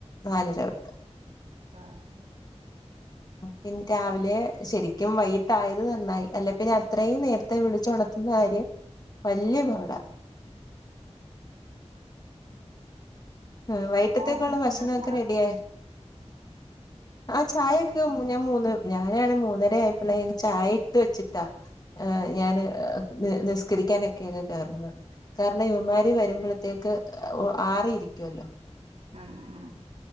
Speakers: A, on the left; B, on the right.
A: നാലര തൊട്ട്
B: ആഹ് ആ
A: പിൻ, രാവിലെ ശരിക്കും വൈകിട്ടായത് നന്നായി, അല്ലെ പിന്നെ അത്രയും നേരത്തെ വിളിച്ചു ഒണത്തുന്ന കാര്യം വല്യ പാടാ ആഹ് വൈട്ടത്തേക്കുള്ള
B: ആഹ്
A: ഭക്ഷണവൊക്കെ റെഡിയായൊ? ആ ചായൊക്കെ ഞാൻ മൂന്ന്, ഞാനാണ് മൂന്നര ആയപ്പോള്ളെ ചായ ഇട്ട് വെച്ചിട്ടാ ഞാന് നി നിസ്കരിക്കാനൊക്കെ അങ്ങ് കയറുന്നത് കാരണം ഇവൻമാരി വരുമ്പോഴത്തേക്ക് ആറിയിരിക്കുവല്ലോ
B: ആ അ അ